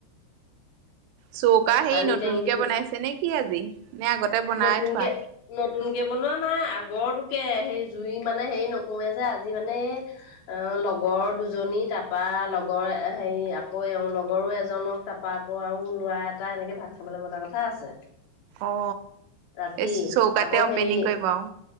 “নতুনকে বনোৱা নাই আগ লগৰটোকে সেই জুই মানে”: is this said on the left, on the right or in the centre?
Left